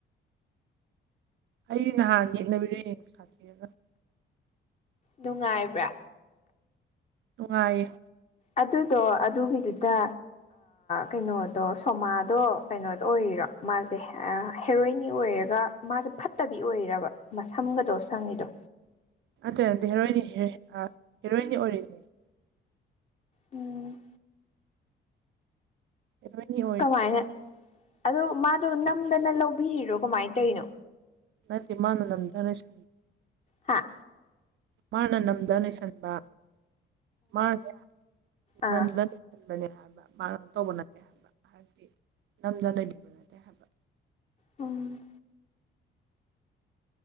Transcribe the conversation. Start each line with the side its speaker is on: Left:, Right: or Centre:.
Right: ꯑꯩ ꯅꯍꯥꯟ ꯌꯦꯛꯅꯕꯤꯗꯣ ꯌꯦꯡꯂꯦ ꯄꯩꯁꯥ ꯊꯤꯔꯒ
Left: ꯅꯨꯡꯉꯥꯏꯕ꯭ꯔꯥ
Right: ꯅꯨꯡꯉꯥꯏꯔꯤꯌꯦ
Left: ꯑꯗꯨꯗꯣ ꯑꯗꯨꯒꯤꯗꯨꯗ ꯀꯩꯅꯣꯗꯣ ꯁꯣꯃꯥꯗꯣ ꯀꯩꯅꯣꯗꯣ ꯑꯣꯏꯔꯤꯔꯣ ꯃꯥꯖꯦ ꯍꯦꯔꯣꯏꯟꯅꯤ ꯑꯣꯏꯔꯒ ꯃꯥꯖꯦ ꯐꯠꯇꯕꯤ ꯑꯣꯏꯔꯕ ꯃꯁꯝꯒꯗꯣ ꯁꯪꯉꯤꯗꯣ꯫
Right: ꯅꯠꯇ‌ꯦ-ꯅꯠꯇ‌ꯦ ꯍꯦꯔꯣꯏꯟ <inaudible> ꯑꯥ <inaudible>
Left: ꯎꯝ
Right: ꯍ‌ꯦꯔ‌ꯣꯌꯤꯟ ꯌ‌ꯦꯡ ꯉ‌ꯣ
Left: ꯀꯃꯥꯏꯅ ꯑꯗꯣ ꯃꯥꯗꯣ ꯅꯝꯗꯅ ꯂꯧꯕꯤꯔꯤꯔꯣ ꯀꯃꯥꯏꯅ ꯇꯧꯔꯤꯅꯣ
Right: ꯅꯠꯇꯦ ꯃꯥꯅ ꯅꯝꯗꯅ <inaudible>
Left: ꯍꯥꯥ
Right: ꯃꯥꯅ ꯅꯝꯗ ꯂꯩꯩꯁꯟꯕ ꯃꯥꯅ‌ꯦ
Left: ꯑꯥ
Right: <inaudible> ꯈꯟꯕꯅꯦ ꯍꯥꯏꯕ ꯃꯥꯅ <inaudible> ꯇꯧꯕ ꯅꯠꯇꯦ ꯍꯥꯏꯕ ꯍꯥꯏꯕꯗꯤ ꯅꯝꯗꯅ ꯂꯩꯕ ꯅꯠꯇꯦ ꯍꯥꯏꯕ
Left: ꯎꯝ